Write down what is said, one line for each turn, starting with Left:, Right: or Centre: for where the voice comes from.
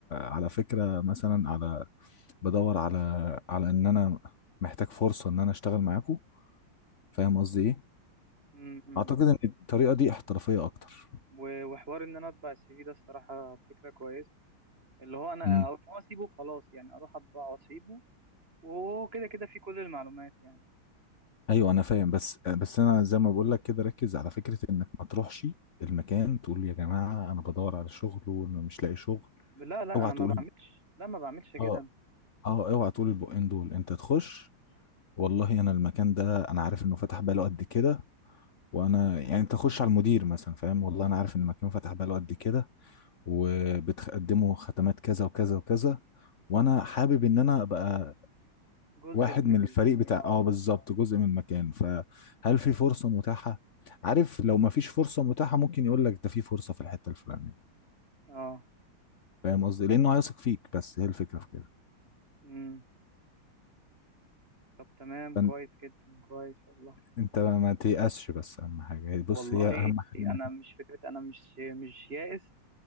Left: على فكرة مثلا على بدور على على ان انا محتاج فرصة ان انا اشتغل معاكم فاهم قصدي ايه
Right: أمم، أمم.
Left: اعتقد ان الطريقة دي احترافية اكتر
Right: و- وحوار ان انا اطبع السي في ده الصراحه فكره كويسه اللي هو انا
Left: امم
Right: او إن هو اسيبه خلاص يعني اروح اطبعه واسيبه وهو كده كده في كل المعلومات يعني
Left: ايوه انا فاهم بس بس انا زي ما بقول لك كده ركز على فكرة انك ما تروحش المكان تقول يا جماعة انا بدور على شغل ومش لاقي شغل
Right: لا لا
Left: اوعى
Right: انا
Left: تقول
Right: ما بعملش لا ما بعملش كده
Left: اه
Right: أنا.
Left: اه اوعى تقول البقين دول انت تخش والله انا المكان ده انا عارف انه فتح بقاله قد كده وانا يعني انت خش على المدير مثلا فاهم والله انا عارف ان المكان فتح بقاله قد كده وبتقدموا ختمات كذا وكذا وكذا وانا حابب ان انا ابقى
Right: جزء
Left: واحد
Right: من
Left: من
Right: ال
Left: الفريق بتاع
Right: اه
Left: اه بالظبط جزء من المكان فهل في فرصة متاحة عارف لو ما فيش فرصة متاحة ممكن يقول لك ده في فرصة في الحتة الفلانية
Right: اه
Left: فاهم قصدي لانه هيثق فيك بس هي الفكرة في كده
Right: امم طب تمام
Left: فانت
Right: كويس جدا كويس والله
Left: انت ما تيأسش بس اهم حاجة بص
Right: والله
Left: هي اهم حاجة
Right: انا
Left: انك
Right: مش فكره انا مش مش يائس